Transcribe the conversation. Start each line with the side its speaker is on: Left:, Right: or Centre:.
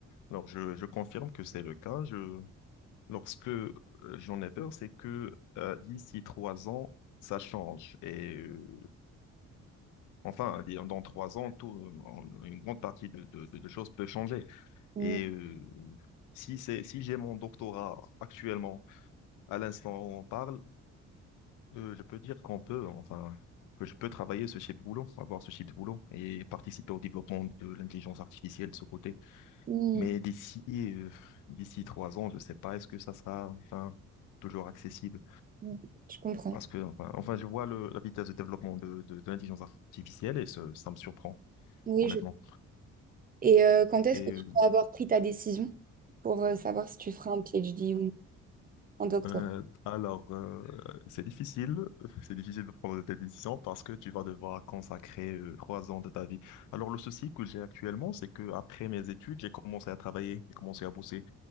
Left: Alors, je, je confirme que c'est le cas. Je, lorsque euh, j'en ai peur, c'est que euh, d'ici trois ans, ça change. Et euh, enfin, dire, dans trois ans, tout, euh, en- une grande partie de, de, de- de choses peut changer.
Right: Mm,
Left: Et euh, si c'est, si j'ai mon doctorat actuellement, à l'instant où on parle, Euh, je peux dire qu'on peut, enfin, que je peux travailler ce type de boulot, avoir ce type de boulot et participer au développement de l'intelligence artificielle de ce côté.
Right: mm,
Left: Mais d'ici, euh, d'ici trois ans, je sais pas, est-ce que ça sera, enfin, toujours accessible?
Right: mm. Je comprends.
Left: Parce que, enfin, enfin, je vois le- la vitesse de développement de, de, de l'intelligence artificielle et ce- ça me surprend,
Right: Oui,
Left: honnêtement.
Right: je... Et euh, quand est-ce
Left: Et
Right: que tu
Left: euh,
Right: vas avoir pris ta décision pour euh, savoir si tu feras un PhD ou un doctorat?
Left: Euh, alors, euh, c'est difficile, <laughs> c'est difficile de prendre tes décisions parce que tu vas devoir consacrer euh, trois ans de ta vie. Alors, le souci que j'ai actuellement, c'est que après mes études, j'ai commencé à travailler, j'ai commencé à bosser